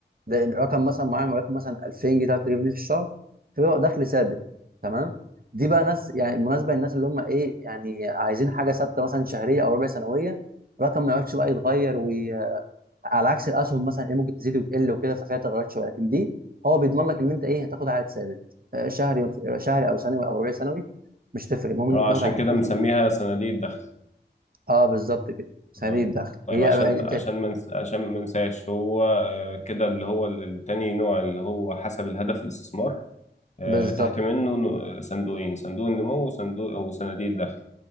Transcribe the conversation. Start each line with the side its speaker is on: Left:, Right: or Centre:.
Right: ده رقم مثلا معين ولكن مثلا 2000 جنيه 3000 جنيه في الشهر فبيبقى دخل ثابت تمام دي بقى ناس يعني مناسبه للناس اللي هم ايه يعني عايزين حاجه ثابته مثلا شهريه او ربع سنويه رقم ما يقعدش بقى يتغير وعلى عكس الاسهم مثلا ايه ممكن تزيد وتقل وكده ففيها تغيرات شويه لكن دي هو بيضمن لك ان انت ايه هتاخد عائد ثابت آه، شهري شهري او سنوي او ربع سنوي مش تفرق المهم انك
Left: اه
Right: تاخد
Left: عشان
Right: عائد
Left: كده
Right: مثلا
Left: بنسميها صناديق الدخل
Right: اه بالظبط كده سريع
Left: اه
Right: الدخل
Left: طيب
Right: هي
Left: عشان عشان
Right: بتاعت-
Left: ما منس... عشان ما ننساش هو آه، كده اللي هو التاني نوع اللي هو حسب الهدف الاستثمار آه،
Right: بالظبط
Left: تحت منه ن- صندوقين صندوق النمو وصندوق او صناديق الدخل